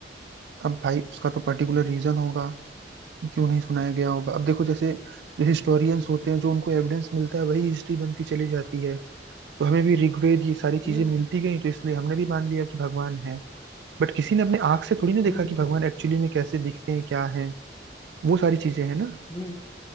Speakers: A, on the right; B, on the left.
A: अब भाई उसका तो पर्टिकुलर रीजन होगा कि क्यों नहीं सुनाया गया होगा अब देखो जैसे जो हिस्टोरियंस होते हैं जो उनको एविडेंस मिलता है वही हिस्ट्री बनती चली जाती है तो हमें भी ऋग्वेद ये सारी
B: हम्म
A: चीजें मिलती गई तो इसलिए हमने भी मान लिया कि भगवान है बट किसी ने अपने आंख से थोड़ी ना देखा
B: हम्म
A: कि भगवान एक्चुअली में कैसे दिखते हैं क्या है वो सारी चीजें हैं ना
B: हम्म